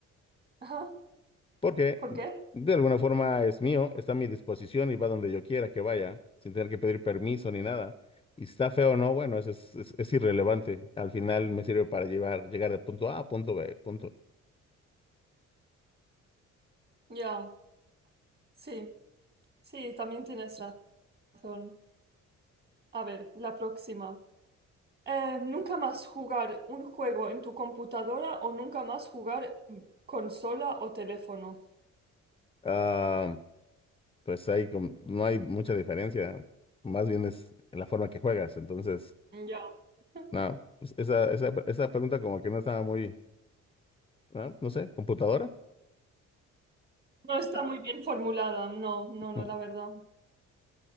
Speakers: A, on the right (about 30°); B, on the left (about 20°).
A: Ajá.
B: porque
A: ¿Por qué?
B: de alguna forma es mío, está a mi disposición y va donde yo quiera que vaya, sin tener que pedir permiso ni nada. Y si está feo o no, bueno, eso es, es, es irrelevante. Al final me sirve para llevar, llegar de punto A a punto B, punto.
A: Ya, Sí, sí, también tienes razón. A ver, la próxima. Eh, ¿nunca más jugar un juego en tu computadora o nunca más jugar en consola o teléfono?
B: Ah, pues ahí com- no hay mucha diferencia, más bien es la forma que juegas, entonces...
A: Ya. <laughs>
B: No, pues esa, esa, esa pregunta como que no estaba muy, ¿no? No sé, computadora.
A: No está muy bien formulada, no, no, no,
B: Mm,
A: la verdad.